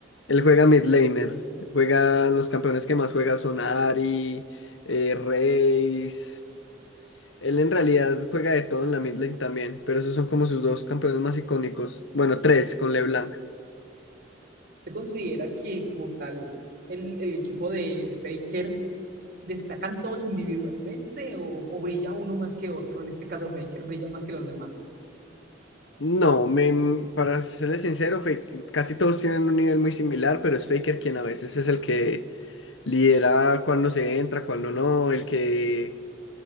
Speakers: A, on the left (about 80°); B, on the right (about 55°).
A: Él juega mid laner. Juega, los campeones que más juega son Ari, eh, Raze. Él en realidad juega de todo en la mid lane también, pero esos son como sus dos campeones más icónicos. Bueno, tres con LeBlanc.
B: ¿Usted considera que como tal el, el equipo de, de Faker destacan todos individualmente o, o brilla uno más que otro? En este caso Faker brilla más que los demás.
A: No, me- para serles sincero, Fak- casi todos tienen un nivel muy similar, pero es Faker quien a veces es el que lidera cuando se entra, cuando no, el que,